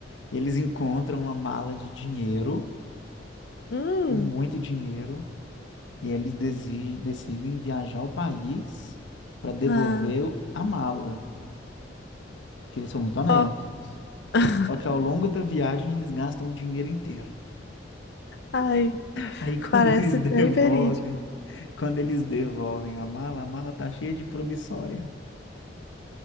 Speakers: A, on the left; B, on the left.
A: eles encontram uma mala de dinheiro,
B: Hum,
A: com muito dinheiro, e eles desi- decidem viajar ao país para devolver
B: ah,
A: a mala, que eles são muito honestos.
B: ó. <laughs>
A: Só que ao longo da viagem eles gastam o dinheiro inteiro.
B: Ai,
A: Aí quando
B: parece
A: <laughs> eles devolvem,
B: bem verídico.
A: quando eles devolvem a mala, a mala tá cheia de promissória.